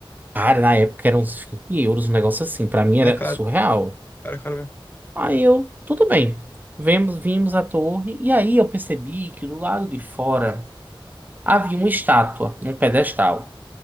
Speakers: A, on the right (about 20°); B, on the left (about 20°).
A: Cara, na época eram uns 20 euros, um negócio assim, pra mim
B: É
A: era
B: caro.
A: surreal.
B: Cara, caro
A: Aí eu, tudo bem. Vemos, vimos a torre e aí eu percebi que do lado de fora havia uma estátua, um pedestal.